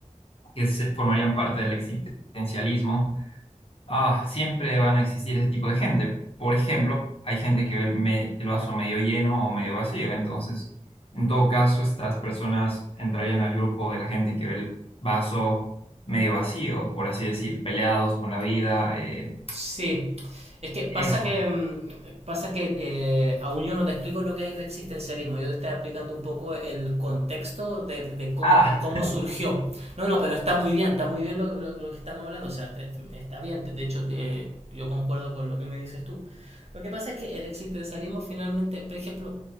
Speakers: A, on the left (about 50°); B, on the right (about 55°).
A: que se formarían parte del existencialismo, Ah, siempre van a existir ese tipo de gente. Por ejemplo, hay gente que ve el, me- el vaso medio lleno o medio vacío. Entonces, en todo caso, estas personas entrarían al grupo de la gente que ve el vaso medio vacío, por así decir, peleados con la vida. eh,
B: Sí, es que pasa
A: eso.
B: que mm, pasa que eh, aún yo no te explico lo que es el existencialismo, yo te estoy explicando un poco el contexto de, de cómo,
A: Ah,
B: cómo surgió. No, no, pero está muy bien, está muy bien lo, lo- lo que estamos hablando, o sea, est- está bien, de hecho eh, yo concuerdo con lo que me dices tú. Lo que pasa es que el existencialismo finalmente, por ejemplo,